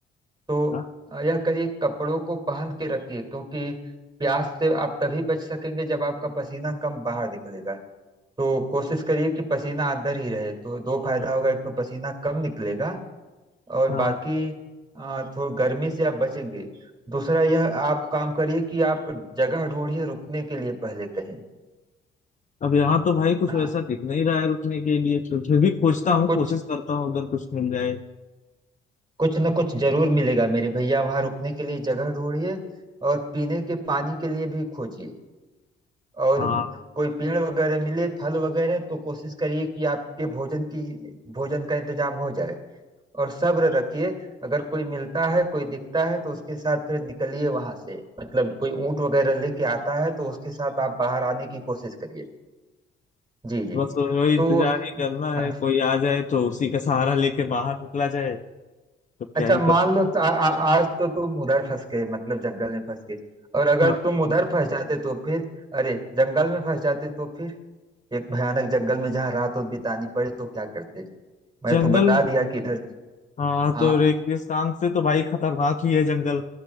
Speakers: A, on the right; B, on the left.
A: तो
B: बड़ा।
A: अ, यह करिए कपड़ों को पहन के रखिए क्योंकि प्यास से आप तभी बच सकेंगे जब आपका पसीना कम बाहर निकलेगा तो कोशिश करिए कि पसीना अंदर ही रहे तो दो फायदा होगा एक तो पसीना कम निकलेगा और
B: हाँ
A: बाकी अ, थोड़ा गर्मी से आप बचेंगे दूसरा यह आप काम करिए कि आप जगह ढूंढिए रुकने के लिए पहले कहीं
B: अब यहाँ तो भाई कुछ
A: ना
B: वैसा दिख नहीं रहा है रुकने के लिए तो फिर भी खोजता हूँ
A: कुछ
B: कोशिश करता हूँ अगर कुछ मिल जाए
A: कुछ न कुछ जरूर मिलेगा मेरे भैया वहां रुकने के लिए जगह ढूंढिए और पीने के पानी के लिए भी खोजिए और
B: हाँ
A: कोई पेड़ वगैरह मिले फल वगैरह तो कोशिश करिए कि आपके भोजन की भोजन का इंतजाम हो जाए और सब्र रखिए अगर कोई मिलता है कोई दिखता है तो उसके साथ फिर निकलिए वहां से मतलब कोई ऊंट वगैरह लेके आता है तो उसके साथ आप बाहर आने की कोशिश करिए जी जी
B: बस वही इंतजार
A: तो
B: ही करना है
A: हाँ
B: कोई आ जाए तो उसी का सहारा लेके बाहर निकला जाए तो क्या
A: अच्छा
B: ही
A: मान
B: कर सकते
A: लो तो आ, आ, आज तो तुम उधर फंस गए मतलब जंगल में फंस गए और अगर
B: हाँ
A: तुम उधर फंस जाते तो फिर अरे जंगल में फंस जाते तो फिर एक भयानक जंगल में जहाँ रात उत बितानी पड़े तो क्या करते मैं
B: जंगल
A: तो बता दिया कि इधर
B: हाँ
A: हाँ
B: तो रेगिस्तान से तो भाई खतरनाक ही है जंगल